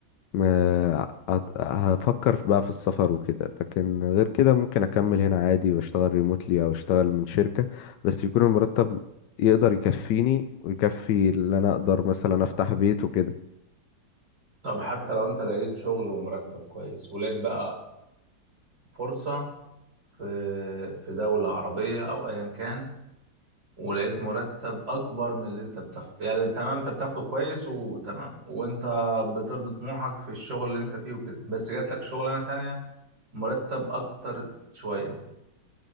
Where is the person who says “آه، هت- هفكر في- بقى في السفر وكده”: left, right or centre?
Left